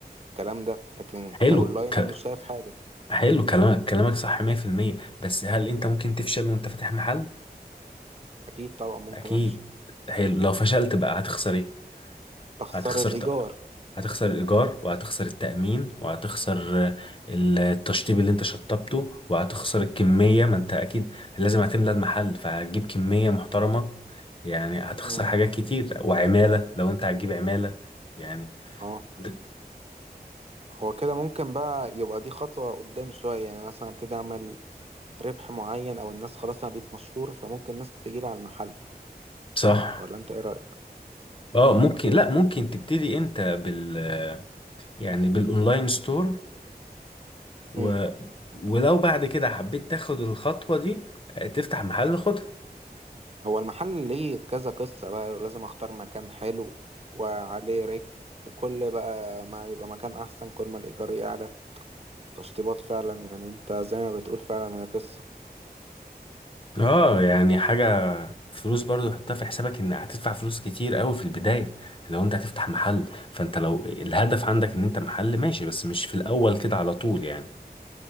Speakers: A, on the right (about 40°); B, on the left (about 30°).
A: الكلام ده لكن
B: حلو
A: كاونلاين
B: ك...
A: انا مش شايف حاجة
B: حلو كلامك كلامك صح 100% بس هل انت ممكن تفشل وانت فاتح محل
A: اكيد طبعا ممكن
B: اكيد
A: افشل
B: حلو لو فشلت بقى هتخسر ايه
A: بخسر
B: هتخسر
A: الايجار
B: هتخسر الإيجار وهتخسر التأمين وهتخسر آه، التشطيب اللي انت شطبته وهتخسر الكمية ما انت أكيد لازم هتملى المحل فهتجيب كمية محترمة يعني هتخسر
A: مم.
B: حاجات كتير وعمالة لو انت هتجيب عمالة يعني
A: اه
B: د-
A: هو كده ممكن بقى يبقى دي خطوة قدام شوية يعني مثلا ابتدي اعمل ربح معين او الناس خلاص انا بقيت مشهور فممكن الناس تجيلي على المحل
B: صح
A: ولا انت ايه رأيك
B: اه ممكن لا ممكن تبتدي انت بال يعني بالاونلاين ستور و
A: امم
B: ولو بعد كده حبيت تاخد الخطوة دي آه، تفتح محل خدها
A: هو المحل ليه كذا قصة بقى لازم اختار مكان حلو وعليه رجل وكل بقى ما يبقى مكان احسن كل ما الايجار يعلى تشطيبات فعلا يعني انت زي ما بتقول فعلا هي قصة
B: اه يعني حاجة فلوس برضو حطها في حسابك ان هتدفع فلوس كتير قوي في البداية لو انت هتفتح محل فانت لو الهدف عندك ان انت محل ماشي بس مش في الاول كده على طول يعني